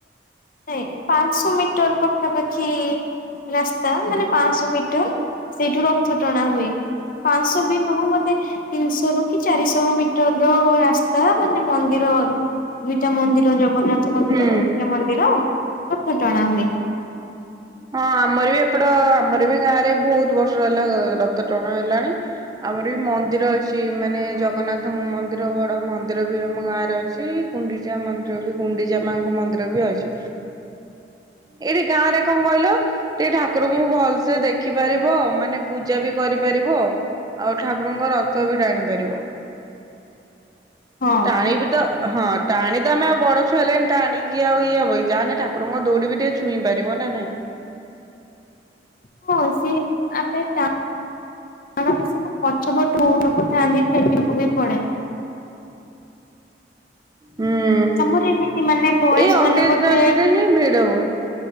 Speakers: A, on the left; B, on the right.
A: ନାଇ ପାଞ୍ଚଶ ମିଟର ପାଖାପାଖି। ରାସ୍ତା ମାନେ ପାଆଁସ ମିଟର ସେଇଠୁ ରଥ ଟଣା ହୁଏ। ପାଞ୍ଚଶହ ବି ନୁହଁ ବୋଧେ ତିନଶହ ରୁ କି ଚାରିଶହ ମିଟର ର ରାସ୍ତା ମାନେ ମନ୍ଦିର ଦୁଇଟା ମନ୍ଦିର ଜଗନ୍ନା ମନ୍ଦିର
B: ହୁଁ।
A: ଗୁଣ୍ଡିଚା ମନ୍ଦିର ରଥ ଟଣା ହୁଏ।
B: ହଁ ଆମର ବି ଏପଟ ଆମର ବି ଗାଁ ରେ ବହୁତ ବର୍ଷ ହେଲା ରଥ ଟଣା ହେଲାଣି ଆଉ ଆମରବି ମନ୍ଦିର ଅଛି ମାନେ ଜଗନ୍ନାଥଙ୍କ ମନ୍ଦିର ବଡ ମନ୍ଦିର ବି ଆମ ଗାଁ ରେ ଅଛି ଗୁଣ୍ଡିଚା ମ ତାପରେ ଗୁଣ୍ଡିଚାମାଙ୍କ ମନ୍ଦିର ବି ଅଛି ଏଇଠି ଗାଁରେ କଅଁ କହିଲ ଟିକେ ଠାକୁରଙ୍କୁ ଭଲ ସେ ଦେଖିପାରିବ ମାନେ ପୂଜାବି କରିପାରିବ। ଆଉ ଠାକୁରଙ୍କ ରଥ ବି ଟାଣି ପାରିବ।
A: ହଁ
B: ଟାଣିବିତ ହଁ। ଟାଣି ତ ଆମେ ଆଉ ବଡ ଛୁଆ ହେଲେଣି ଟାଣିକି ଆଉ ଇଏ ହବକି ଯାହାନେ ଠାକୁରଙ୍କ ଦୌଡିିବି ଟିକେ ଛୁଇଁ ପାରିବ। ନା ନାଇଁ।
A: ହଁ ସି ଆମେ ଟା ଆ ମିଶ ପଚ୍ଛବରଧଉନୋକୋଥାେ ଆଗିଠେକ କବି ପଡ଼େ।
B: ହୁଁ।
A: ଆମର ଏମିତି ମାନେ ବଏଜ
B: ଏଇ ଅକେଜନାଲ
A: ମାନେ ଗୋଟେ।
B: ରେ ହିଁ ଭିଡ ହୁଏ।